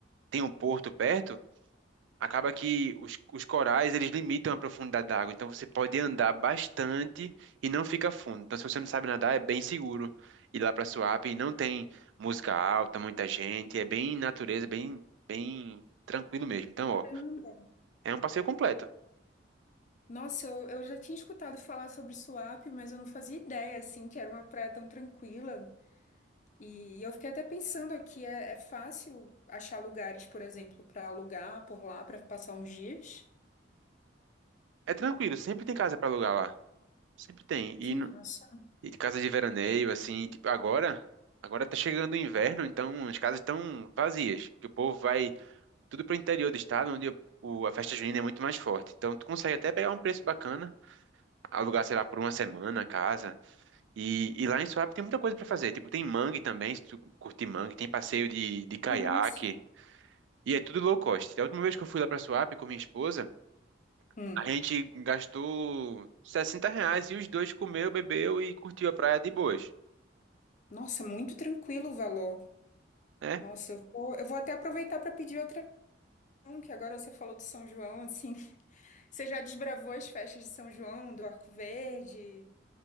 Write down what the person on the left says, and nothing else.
Caramba.
Nossa, eu, eu já tinha escutado falar sobre Suape, mas eu não fazia ideia, assim, que era uma praia tão tranquila. E eu fiquei até pensando aqui, é, é fácil achar lugares, por exemplo, para alugar por lá, para passar uns dias?
Que massa.
Massa.
Hum,
nossa, muito tranquilo o valor.
Nossa, eu vou, eu vou até aproveitar para pedir outra, opção, que agora você falou de São João, assim. <laughs> Você já desbravou as festas de São João, do Arco Verde,